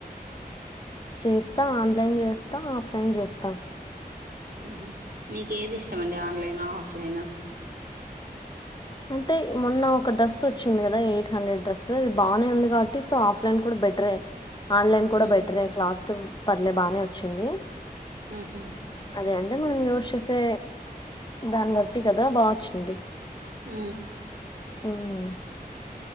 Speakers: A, on the left; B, on the right.
A: చేస్తా ఆన్లైన్ జేస్తా ఆఫ్ లైన్ జేస్తా
B: ఉమ్ హ్ మీకేది ఇష్టమండి ఆన్లైనా, ఆఫ్లైనా
A: అంటే మొన్న ఒక డ్రెస్ వచ్చింది కదా ఎయిట్ హండ్రెడ్ డ్రెస్ అది బానే ఉంది కాబట్టి సో ఆఫ్లైన్ బెటరే ఆన్లైన్ కూడ
B: ఉ
A: బెటరే క్లాత్ పర్లే బానే వచ్చింది
B: ఉ హు
A: అదే అంటే మనం యూస్ చేసే దాన్ని బట్టి కద బా వచ్చింది
B: ఉ
A: హ్మ్.